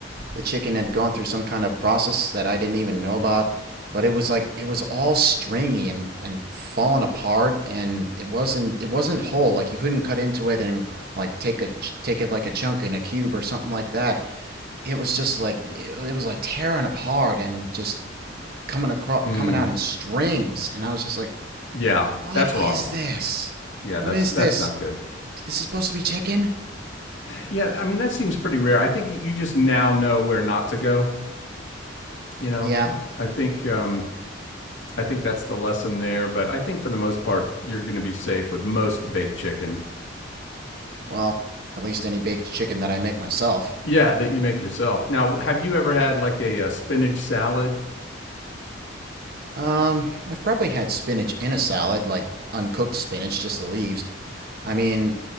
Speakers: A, on the right; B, on the left.
A: The chicken had gone through some kind of process that I didn't even know about, but it was like it was all stringy and and falling apart, and it wasn't it wasn't whole. Like you couldn't cut into it and like take a take it like a chunk in a cube or something like that. It was just like it, it was like tearing apart and just coming across
B: Mm,
A: coming out in strings, and I was just like,
B: yeah,
A: what
B: that's
A: is
B: wrong.
A: this?
B: Yeah,
A: What
B: that's
A: is
B: that's
A: this?
B: not good.
A: This is this supposed to be chicken?
B: Yeah, I mean that seems
A: Yeah.
B: pretty rare. I think you- just now know where not to go. You know,
A: Yeah.
B: I I think um, I think that's the lesson there. But I think for the most part, you're going to be safe with most baked chicken.
A: Well, at least any baked chicken that I make myself.
B: Yeah, that you make yourself. Now, have you ever had like a, uh spinach salad?
A: Um, I've probably had spinach in a salad, like uncooked spinach, just the leaves. I mean,